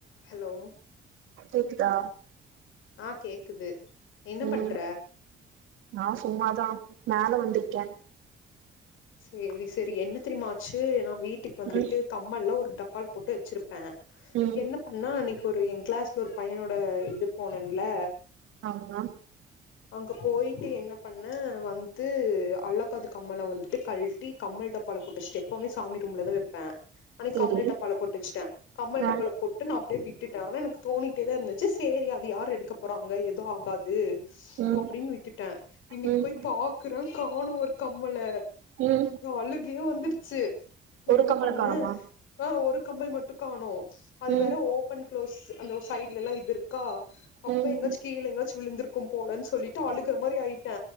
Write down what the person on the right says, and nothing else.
கேக்குதா
ம்
நா சும்மாதா மேல வந்துக்கே
ம்
ம்
ஆமா
செரி
அ
ம்
ம்
ம்
ஒரு
கம்மல
காணமா
ம்
ம்